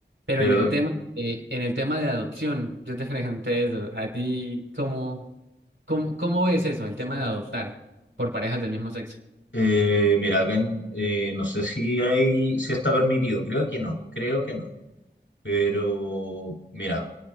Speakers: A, on the right; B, on the left.
A: Pero
B: Pero
A: en el tema, eh, en el tema de adopción, yo te <laughs> pregunté eso, a ti, ¿cómo? ¿Cómo, cómo ves eso, el tema de adoptar por parejas del mismo sexo?
B: eh, mira, acá en- eh, no sé si hay, si está permitido. Creo que no, creo que no. Pero mira,